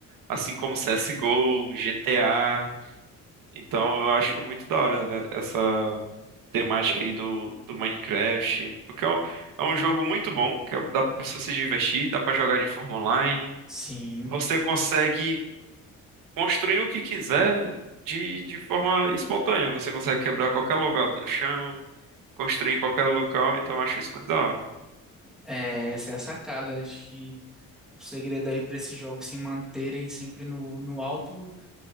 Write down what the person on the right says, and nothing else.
assim como CSGO, GTA. Então eu acho muito da hora é, essa temática aí do, do Minecraft, porque é um, é um jogo muito bom, que é, dá pra pessoa se divertir, dá pra jogar de forma online.
Você consegue construir o que quiser de, de forma espontânea. Você consegue quebrar qualquer lugar do chão, construir em qualquer local, então eu acho isso muito da hora.